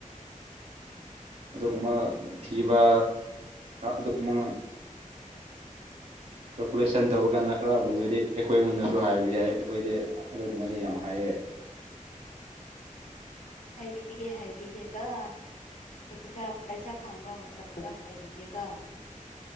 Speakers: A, on the right; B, on the left.
A: ꯑꯗꯨꯒꯨꯝꯕ ꯊꯤꯕ ꯑꯗꯨꯒꯨꯝꯕ
B: <inaudible>
A: ꯀꯜꯀꯨꯂꯦꯁꯟ ꯇꯧꯕ ꯀꯥꯟꯗ ꯈꯔ ꯂꯨꯔꯗꯤ ꯑꯩꯈꯣꯏꯉꯣꯟꯗꯁꯨ ꯍꯥꯏꯕ ꯌꯥꯏꯌ‌ꯦ ꯑꯩꯈꯣꯏꯗꯤ ꯑꯗꯨꯒꯨꯝꯕꯗꯤ ꯌꯥꯝ ꯍꯩꯌꯦ
B: ꯍꯥꯏꯕꯤꯒꯦ ꯍꯥꯏꯕꯤꯒꯦ ꯀ‌ꯣ ꯄꯩꯁꯥ ꯄꯩꯁꯥ ꯐꯪꯕ ꯃꯇꯝꯗ ꯍꯥꯏꯕꯤꯒꯦꯀ‌ꯣ